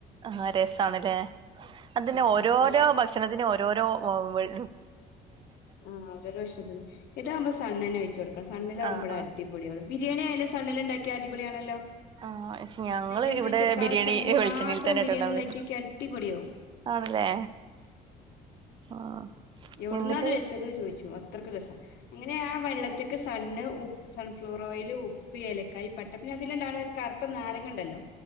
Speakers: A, on the right (about 30°); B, on the left (about 70°).
A: ആഹ് രസാണ്ലേ അതിന്
B: രസാ
A: ഓരോരോ
B: നല്ല
A: ഭഷണത്തിന് ഓരോരോ ഒ വെൾ
B: ആഹ് ഓരോരോ ഭഷണത്തിനും ഇതാവുമ്പൊ സണ്ണെന്നെ ഒഴിച്ച് കൊട്ക്കണം സണ്ണിലാവുമ്പളാ
A: ആഹ് ആഹ്
B: അടി പൊളി ആണ് ബിരിയാണി ആയാലും സണ്ണ്ല് ഇണ്ടാക്കിയാ അടിപൊളിയാണല്ലോ
A: ആഹ് പക്ഷെ ഞങ്ങള്
B: നെയ്യൊന്നും
A: ഇവ്ടെ
B: ഒഴിച്ച് കൊടുക്കാതെ
A: ബിരിയാണി
B: സണ്ണില്
A: ഈ വെൾച്ചെണ്ണയിൽ
B: മാത്രം
A: തന്നെട്ടോ
B: ബിരിയാണി
A: ഇണ്ടാവാറ്
B: ഇണ്ടാക്കിയോക്കിയാ അടിപൊളിയാവും
A: ആണ്ല്ലേ ആഹ്
B: എവ്ട്ന്നാ
A: എന്നിട്ട്
B: ഇത്‌ വെച്ചത് ചോയ്ച്ചും അത്രക്കും രസാ അങ്ങനെ ആ വെള്ളത്തിക്ക് സ് സണ്ണ് ഉ സൺഫ്ലവറോയില് ഉപ്പ് ഏലക്കായി പട്ട പിന്നെ അതില്ണ്ടാവ്ണ ഒര് കർത്ത നാരങ്ങണ്ടല്ലോ